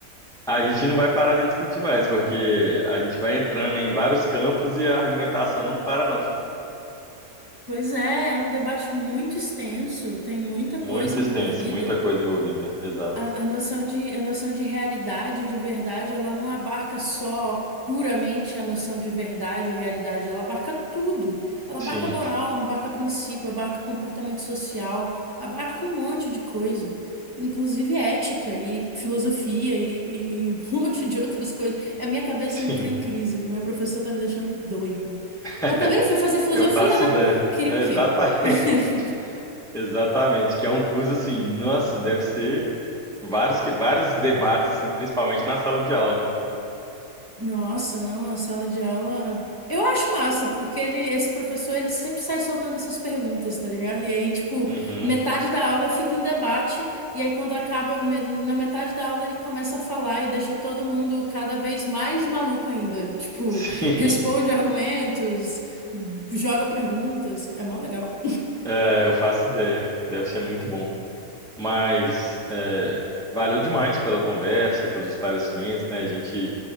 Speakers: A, in the centre; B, on the right.
A: a gente não vai parar de discutir mais, porque a gente vai entrando em vários campos e a argumentação não para, não.
B: Pois é, é um debate muito extenso, tem muita
A: Muito
B: coisa envolvida.
A: extenso, muita coisa envolvida. Exato.
B: A, a noção de, a noção de realidade, de verdade, ela não abarca só puramente a noção de verdade e realidade, ela abarca tudo. Ela
A: Sim,
B: abarca moral, abarca princípio, abarca comportamento social, abarca um monte de coisa, inclusive ética e filosofia e, e- e um <laughs> monte de outras coisas. A minha cabeça
A: sim.
B: entrou em crise, meu professor tá me deixando doida.
A: <laughs>
B: Mas também fui fazer filosofia,
A: Eu faço
B: né?
A: ideia.
B: Queria
A: Exatamente.
B: o quê? <laughs>
A: <laughs> Exatamente. Que é um curso assim, nossa, deve ser Vários, que, vários debates, assim, principalmente na sala de aula, né?
B: Nossa, não, a sala de aula. Eu acho massa, porque ele, esse professor, ele sempre sai soltando essas perguntas, tá ligado? E aí, tipo,
A: Uhum.
B: metade
A: <laughs>
B: da aula fica em debate, e aí quando acaba, me- na metade da aula ele começa a falar e deixa todo mundo cada vez mais maluco ainda. Tipo,
A: Sim,
B: responde argumentos, joga perguntas. É mó legal.
A: é, eu faço ideia. Deve ser muito bom. Mas é, valeu demais pela conversa, pelos esclarecimentos, né? A gente